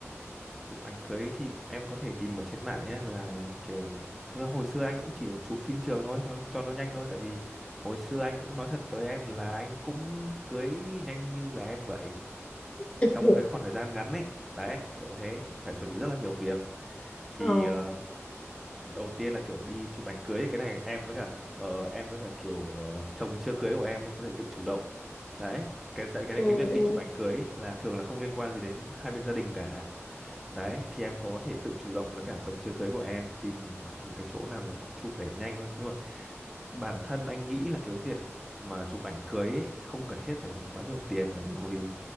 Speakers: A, in the centre; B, on the left.
A: chụp ảnh cưới thì em có thể tìm ở trên mạng nhé là kiểu thực ra hồi xưa anh cũng chỉ chụp phim trường thôi cho nó- cho nó nhanh thôi tại vì hồi xưa anh cũng nói thật với em là anh cũng cưới nhanh như là em vậy
B: <laughs>
A: trong một cái khoảng thời gian ngắn ấy đấy kiểu thế phải chuẩn bị rất là nhiều việc thì
B: Ờ
A: ờ, đầu tiên là kiểu đi chụp ảnh cưới ấy, cái này em với cả ờ, em với cả kiểu ờ, chồng chưa cưới của em ấy có thể tự chủ động đấy cái tại cái
B: ừ
A: này cái việc
B: ừ.
A: đi chụp ảnh cưới ấy là thường là không liên quan gì đến hai bên gia đình cả đấy thì em có thể tự chủ động với cả chồng chưa cưới của em tìm một cái chỗ nào để chụp để nhanh thôi nhưng mà bản thân anh nghĩ là cái việc mà chụp ảnh cưới ấy, không cần thiết phải dùng quá nhiều tiền bởi vì hồi